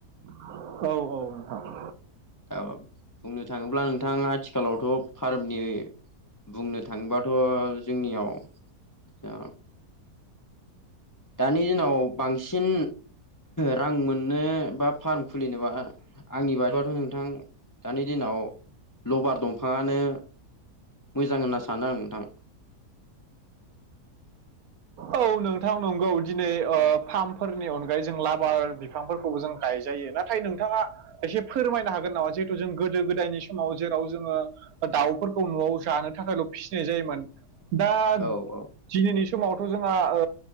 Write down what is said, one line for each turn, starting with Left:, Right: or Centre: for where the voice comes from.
Right: औ औ नोंथां।
Left: ओ बुंनो थाङोब्ला नोंथां आथिखालावथ' फार्मनि बुंनो थाङोबाथ' जोंनियाव दा दानि दिनाव बांसिन रां मोननो बा फार्म खुलिनोबा आंनि बादिबाथ' नों थां दानि दिनाव लबार दंफाङानो मोजां होनना सानो आं नोंथां
Right: औ नोंथां नंगौ दिनै ओ फार्मफोरनि अनगायै जों लाबार बिफांफोरखौबो जों गायजायो नाथाय नोंथाङा एसे फोरमायनो हागोन नामा जिहेथु जों गोदो गोदायनि समाव जेराव जोङो दाउफोरखौ न'आव जानो थाखायल' फिसिनाय जायोमोन। दा दिनैनि
Left: औ औ।
Right: समावथ' जोंहा ओ